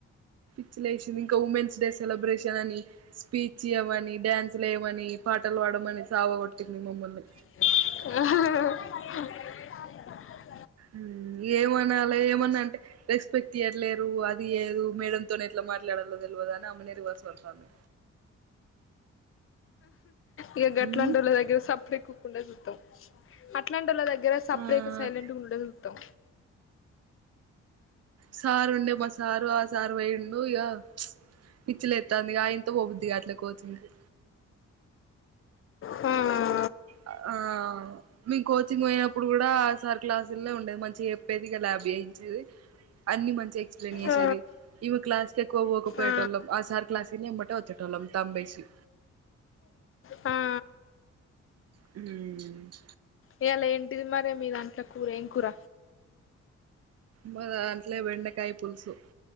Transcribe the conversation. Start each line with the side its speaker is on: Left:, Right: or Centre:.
Right: పిచ్చిలేశింది ఇంక ఉమెన్స్ డే సెలబ్రేషన్ అని స్పీచ్ ఇయ్యమని డ్యాన్స్లు లేయమని పాటలు పా ప్పడమని సావ గొట్టింది మమ్మల్ని
Left: ఆహ
Right: మ్ ఏమనాలే ఏమన్నంటే రెస్పెక్ట్ ఇయట్లేరు ఆదియదు మేడం తొని ఎట్ల మాట్లాడాలో తెల్వదు అని ఆమెనే రివర్స్ వడ్తాంది
Left: ఇగ గట్లంటోళ్ల
Right: ఉమ్
Left: దగ్గర సప్పుడేక ఉకుండేది ఉత్తమ్మం అట్లాంటోళ్ల దగ్ గర సప్పుడేక
Right: ఆ
Left: సైలెంట్ గుండేది ఉతం
Right: సార్ ఉండే మా సారు ఆసారు పోయిండు ఇగా పిచ్చిలేత్తాంది ఇగ అయింత పోబుద్దిగాట్లే కోచింగ్కి
Left: ఆ
Right: అ ఆ మీ కోచింగ్ పోయినప్పుడు గూడా ఆ సార్ క్లాస్ సుల్నే ఉండేది మంచిగ చెప్పేది ఇగ ల్యాబ్ చేయించేది అన్ని మంచిగ ఎక్స్ప్లెయిన్ చేసేది
Left: ఆ
Right: ఈమె క్లాస్ కి ఎక్కువ పోకపోయేటొళ్ళం
Left: ఆ
Right: ఆసారు క్లాసినీ ఎమ్మటే ఒచ్చెటొళ్ ళ్ళం తంబ్బెశి
Left: అ
Right: హు మ్
Left: ఇయ్యలేంటిది మరె మీ దాంట్లో కూర ఏం కూర
Right: మా దాంట్లే బెండకాయ్ పులుసు